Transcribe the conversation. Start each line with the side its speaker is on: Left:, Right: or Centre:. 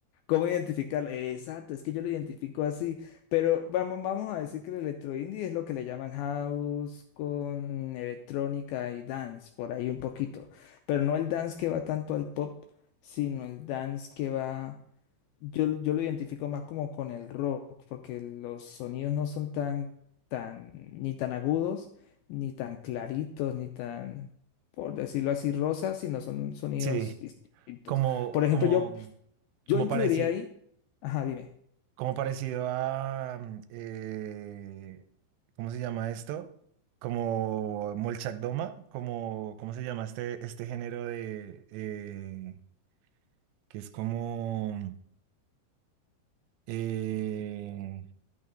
Left: ¿Cómo identificarlo? Exacto, es que yo lo identifico así, pero vamos, vamos a decir que el electro indie es lo que le llaman house con electrónica y dance, por ahí un poquito, pero no el dance que va tanto al pop, sino el dance que va, yo, lo- yo lo identifico más como con el rock, porque los sonidos no son tan, tan, ni tan agudos, ni tan claritos, ni tan, por decirlo así, rosas, sino son sonidos
Right: Sí,
Left: distintos.
Right: como,
Left: Por ejemplo,
Right: como,
Left: yo... Yo
Right: como
Left: incluiría
Right: parecido.
Left: ahí. Ajá, dime.
Right: como parecido a, mm, eh, ¿cómo se llama esto? Como Molchakdoma, como, ¿cómo se llama este, este género de, eh, que es como, eh,